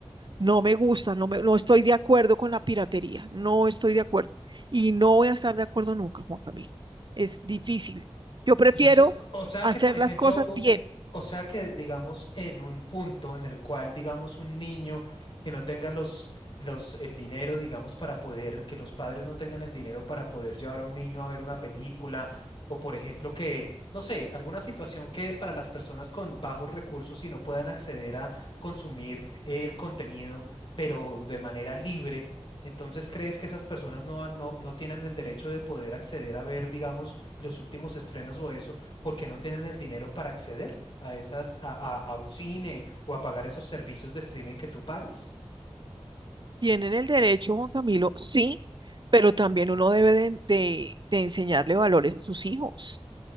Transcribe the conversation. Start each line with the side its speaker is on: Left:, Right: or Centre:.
Right: No me gusta, no, me, no estoy de acuerdo con la piratería, no estoy de acuerdo. Y no voy a estar de acuerdo nunca, Juan Camilo. Es difícil. Yo prefiero
Left: O sea, o sea
Right: hacer
Left: que, por ejemplo,
Right: las cosas
Left: o
Right: bien,
Left: eh, o sea que, digamos, en un punto en el cual, digamos, un niño que no tenga los, los, el dinero, digamos, para poder, que los padres no tengan el dinero para poder llevar a un niño a ver una película, o por ejemplo que, no sé, alguna situación que para las personas con bajos recursos y no puedan acceder a consumir el contenido, pero de manera libre. Entonces, ¿crees que esas personas no, van- no, no tienen el derecho de poder acceder a ver, digamos, los últimos estrenos o eso, porque no tienen el dinero para acceder a esas, a, a- a un cine o a pagar esos servicios de streaming que tú pagas.
Right: bien en el derecho, Juan Camilo, sí, pero también uno debe de, de- de enseñarle valores a sus hijos.